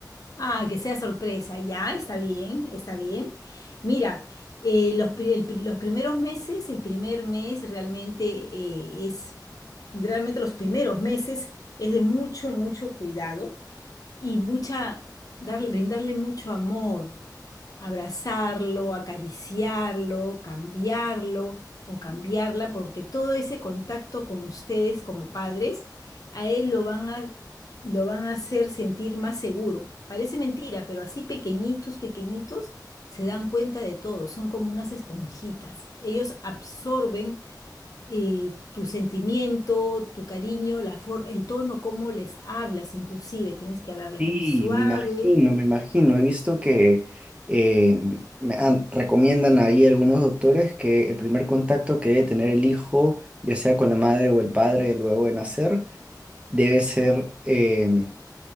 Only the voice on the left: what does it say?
Ah, que sea sorpresa, ya, está bien, está bien. Mira, eh, los, pri- el pri- los primeros meses, el primer mes realmente eh, es, realmente los primeros meses es de mucho, mucho cuidado y mucha, darle, brindarle mucho amor. abrazarlo, acariciarlo, cambiarlo o cambiarla, porque todo ese contacto con ustedes como padres, a él lo van a, lo van a hacer sentir más seguro. Parece mentira, pero así pequeñitos, pequeñitos, se dan cuenta de todo, son como unas esponjitas. Ellos absorben eh, tu sentimiento, tu cariño, la for- el tono, cómo les hablas, inclusive tienes que hablarles
muy suave